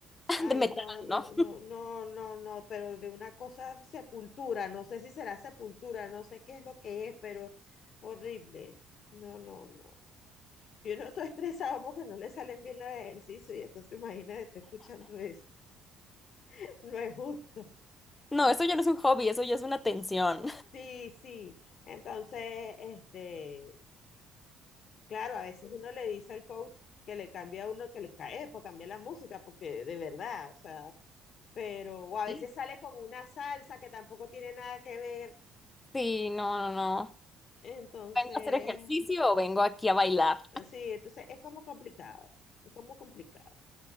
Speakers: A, on the left (about 20°); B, on the left (about 55°).
A: <laughs>
B: Ay,
A: De metal,
B: no, no,
A: ¿no?
B: no, no, no, no, pero de una cosa sepultura, no sé si será sepultura, no sé qué es lo que es, pero horrible. No, no, no. Yo no estoy <laughs> estresado porque no le salen bien los ejercicios y entonces imagínate, estoy escuchando eso. <laughs> No es justo.
A: No, eso ya no es un hobby, eso ya es una tensión.
B: Sí, sí. Entonces, este, Claro, a veces uno le dice al coach que le cambie a uno, que le cae, para cambiar la música, porque de verdad, o sea, pero, o a veces
A: Sí.
B: sale con una salsa que tampoco tiene nada que ver.
A: Sí, no, no, no.
B: Entonces,
A: ¿Vengo a hacer ejercicio o vengo aquí a bailar?
B: sí, entonces es como complicado, es como complicado,